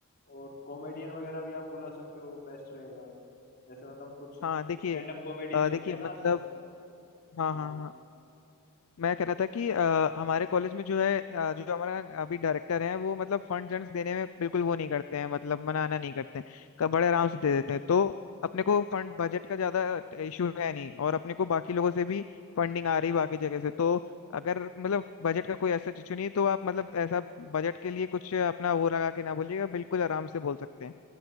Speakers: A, on the left (about 45°); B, on the left (about 65°).
A: और कॉमेडियन वगैरह भी आप बुला सकते हो बेस्ट रहेगा जैसे मतलब कुछ
B: हाँ देखिए
A: स्टैंड अप कॉमेडियंस
B: अ, देखिए
A: होते हैं
B: मतलब
A: ना आजकल
B: हाँ
A: हाँ
B: हाँ हाँ मैं कह रहा था कि अ, हमारे कॉलेज में जो है अ, जो हमारा अभी डायरेक्टर हैं वो मतलब फंड जन्स देने में बिल्कुल वो नहीं करते हैं मतलब मनाना नहीं करते हैं क- बड़े आराम
A: अच्छा
B: से दे देते हैं तो अपने को फंड बजट का ज्यादा इशू है नहीं और अपने को बाकी लोगों से भी फंडिंग आ रही बाकी जगह से तो अगर मतलब बजट का कोई ऐसा इशू नहीं तो आप मतलब ऐसा बजट के लिए कुछ अपना वो लगा के ना बोलिएगा बिल्कुल आराम से बोल सकते हैं